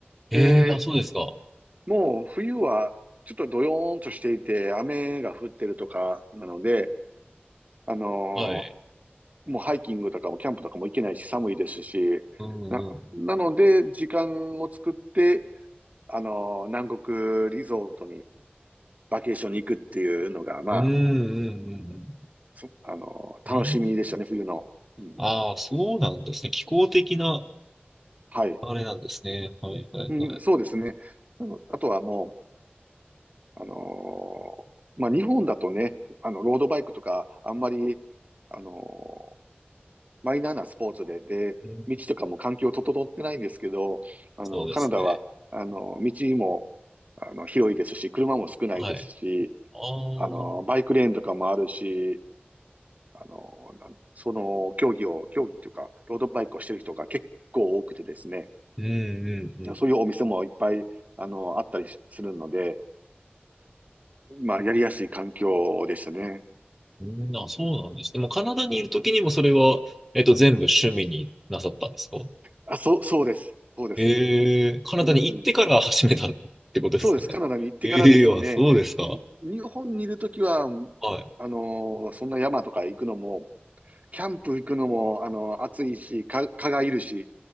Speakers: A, in the centre; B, on the right.
A: ええー、
B: で、
A: あ、そうですか。
B: もう冬はちょっとドヨーンとしていて、雨が降ってるとかなので、あの、
A: はい。
B: もうハイキングとかもキャンプとかも行けないし寒いですし、
A: うんうん。
B: な、なので、時間を作って、あの、南国リゾートにバケーションに行くっていうのが、まあ、
A: うん、うん、うん、
B: そ、あの、楽しみでしたね、
A: うん。うん
B: 冬の。うん、
A: ああ、そうなんですね。気候的な、
B: はい。
A: あれなんですね。はい、はい、
B: うん、
A: はい。
B: そうですね。あのあとはもう、あのーまあ、日本だとね、あの、ロードバイクとか、あんまり、あのーマイナーなスポーツで、で、
A: うん
B: 道とかも環境整ってないんですけど、あの、
A: そうですね。
B: カナダは、あの、道も、あの、広いですし、車も少ないですし、
A: はい。ああ、
B: あの、バイクレーンとかもあるし、あの、なんその競技を、競技というか、ロードバイクをしてる人が結構多くてですね、
A: うん、うん、うん。
B: そういうお店もいっぱい、あの、あったりしするので、まあ、やりやすい環境でしたね。
A: うんあ、そうなんです。でも、カナダにいるときにもそれは、えっと、全部趣味になさったんですか
B: あ、そう、そうです。そうです。
A: ええカナダに行ってから始めたってことですよね。
B: うん。そうです。カナダに行ってからですね、
A: <laughs> ええあ、そうですか。
B: に日本にいるときは、
A: はい。
B: あの、そんな山とか行くのも、キャンプ行くのも、あの、暑いし、か蚊がいるし、